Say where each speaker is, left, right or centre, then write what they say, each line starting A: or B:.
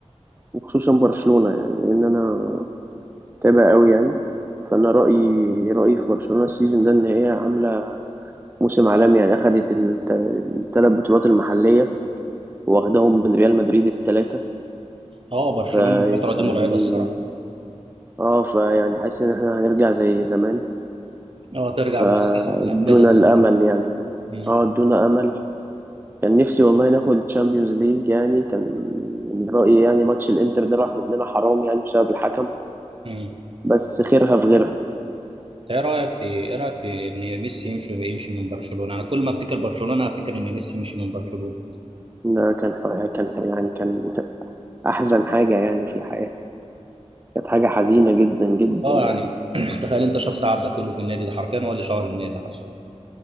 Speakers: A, on the right; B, on the right.
A: وخصوصا برشلونة يعني لأن أنا متابع أوي يعني فأنا رأيي رأيي في برشلونة السيزون ده إن هي عاملة موسم عالمي يعني أخدت الت- التلات بطولات المحلية واخداهم من ريال مدريد التلاتة
B: اه برشلونة
A: ف...
B: الفترة دي
A: فدي
B: مرعبة الصراحة
A: اه فيعني حاسس إن احنا هنرجع زي زمان
B: اه ترجع
A: فادونا
B: بقى ل- لأمجاد الماضي
A: الأمل
B: بقى
A: يعني
B: مم.
A: اه ادونا أمل كان نفسي والله ناخد الشامبيونز ليج يعني كان من رأيي يعني ماتش الانتر ده راح مننا حرام يعني بسبب الحكم
B: مم.
A: بس خيرها في غيرها
B: إنت ايه رايك في ايه رايك في ان ميسي يمشي يمشي من برشلونة انا كل ما افتكر برشلونة افتكر ان ميسي مشي من برشلونة
A: إن كان كان يعني كان احزن حاجة يعني في الحياة كانت حاجة حزينة جدا جدا
B: اه
A: يعني
B: يعني <clears throat> تخيل انت شخص عدى كله في النادي ده حرفيا هو اللي شهر النادي حرفيا